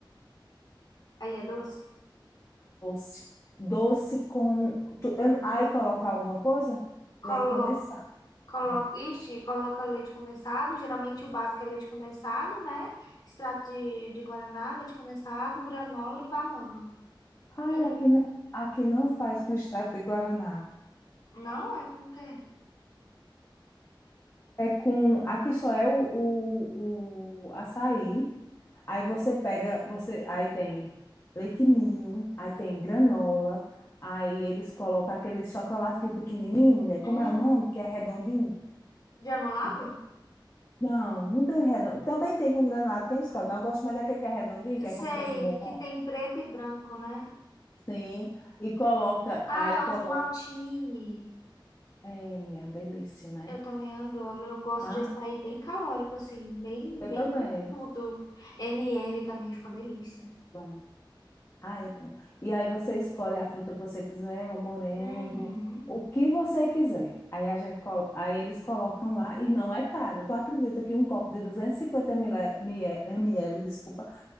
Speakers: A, on the left; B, on the left.
A: Aí é doce?
B: Doce. Doce com. tu- eu- Aí colocar alguma coisa?
A: Coloca,
B: Leite condensado.
A: coloca,
B: É.
A: ixi, coloca leite condensado. Geralmente o básico é leite condensado, né? Extrato de, de guaraná, leite condensado, granola e banana.
B: Ai,
A: E,
B: aqui não, aqui não faz com extrato de guaraná.
A: não, é com que?
B: É com. Aqui só é o, o, o açaí. Aí você pega. você Aí tem leite ninho, aí tem granola. Aí eles colocam aquele chocolatinho pequenininho, mulher. Como
A: Hum,
B: é o nome? Que é redondinho?
A: granulado?
B: Que tem... Não, não tem um redondo. Também tem com granulado, quem escolhe, mas eu gosto mais daquele que é redondinho, que é
A: Sei,
B: como se fosse um bombom.
A: que tem preto e branco, né?
B: Sim, e coloca,
A: Ah,
B: aí
A: é
B: coloca.
A: ovo maltine.
B: É, mulher, é uma delícia, né?
A: Eu também adoro. Eu gosto
B: Ah,
A: de açaí bem calórico, assim, bem,
B: eu
A: bem
B: também.
A: com tudo. M&M também ficou delícia.
B: Pronto. Aí, é bom. E aí você escolhe a fruta que você quiser, o morango,
A: Uhum.
B: o que você quiser. Aí a gente, colo- aí eles colocam lá e não é caro. Tu acredita que um copo de 250 ml, ml, desculpa,